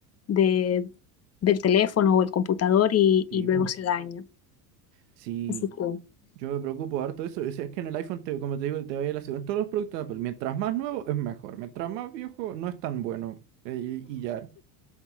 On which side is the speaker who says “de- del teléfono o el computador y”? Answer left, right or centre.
Left